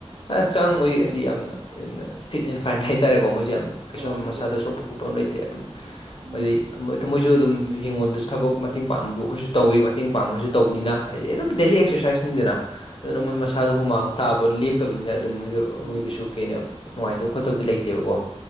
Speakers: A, on the left; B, on the right.
A: ꯍꯛꯆꯥꯡ ꯃꯣꯏ ꯍꯥꯏꯗꯤ ꯌꯥꯝꯅ ꯌꯥꯝꯅ ꯐꯤꯠ ꯑꯦꯟ ꯐꯥꯏꯟ ꯍꯥꯏꯇꯥꯔꯦꯀꯣ ꯃꯣꯏꯁꯦ ꯌꯥꯝ ꯀꯩꯁꯨ
B: ꯑꯣ ꯌꯥꯏ
A: ꯃꯁꯥꯗ ꯁꯣꯛꯄ
B: ꯌꯥꯏ
A: ꯈꯣꯠꯄ ꯑꯃ ꯂꯩꯇꯦ ꯑꯗꯨꯝ
B: ꯎꯝ
A: ꯍꯥꯏꯗꯤ ꯃꯣꯏꯁꯨ ꯑꯗꯨꯝ ꯍꯡꯉꯣꯟꯗꯁꯨ ꯊꯕꯛ ꯃꯇꯦꯡ ꯄꯥꯡꯕꯤꯕ ꯑꯩꯈꯣꯏꯁꯨ ꯇꯧꯋꯤ ꯃꯇꯦꯡ ꯄꯥꯡꯕꯁꯨ ꯇꯧꯕꯅꯤꯅ
B: ꯎꯝ
A: ꯍꯥꯏꯗꯤ ꯑꯗꯨꯝ ꯗꯦꯂꯤ
B: ꯎꯝ
A: ꯑꯦꯛꯁꯔꯁꯥꯏꯁꯅꯤꯗꯅ ꯑꯗꯨꯅ
B: ꯃꯥꯅꯦ
A: ꯃꯣꯏ ꯃꯁꯥꯗꯣ
B: ꯃꯥꯅꯦ
A: ꯍꯨꯃꯥꯡꯉ ꯇꯥꯕ ꯂꯦꯞꯇꯕꯅꯤꯅ ꯑꯗꯨꯝ ꯃꯣꯏꯗ
B: ꯎꯝ
A: ꯃꯣꯏꯗꯨꯁꯨ ꯀꯩꯩꯅ ꯅꯨꯡꯉꯥꯏꯇꯕ ꯈꯣꯠꯇꯕꯗꯤ ꯂꯩꯇꯦ ꯅꯠꯇꯦꯕꯀꯣ